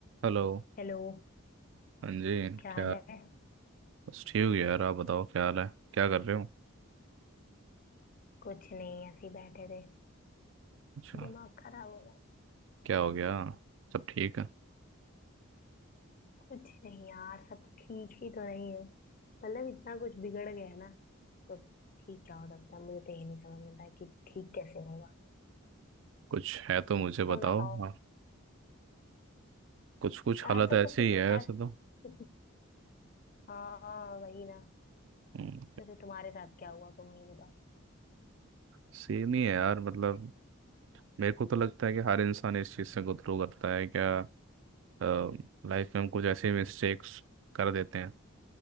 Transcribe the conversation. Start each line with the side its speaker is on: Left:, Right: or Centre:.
Right: हेलो
Left: Hello
Right: हाँ जी
Left: क्या
Right: क्या
Left: हाल है
Right: बस ठीक हो यार आप बताओ क्या हाल है क्या कर रहे हो
Left: कुछ नहीं ऐसे ही बैठे थे
Right: अच्छा
Left: दिमाग खराब हो रहा है
Right: क्या हो गया सब ठीक है
Left: कुछ नहीं यार सब ठीक ही तो नहीं है मतलब इतना कुछ बिगड़ गया है ना तो ठीक क्या हो सकता है मुझे तो ये नहीं समझ में आता है कि ठीक कैसे होगा
Right: कुछ है तो मुझे
Left: तुम
Right: बताओ
Left: बताओ
Right: हाँ कुछ कुछ हालत
Left: ऐसा
Right: ऐसी
Left: तो कुछ
Right: ही है
Left: ऐसा
Right: ऐसे तो
Left: <laughs> हाँ वही ना
Right: हम्म
Left: जैसे तुम्हारे साथ क्या हुआ तुम ये बताओ
Right: सेम ही है यार मतलब मेरे को तो लगता है कि हर इंसान इस चीज़ से गुथरू करता है क्या लाइफ में हम कुछ ऐसे मिस्टेक्स कर देते हैं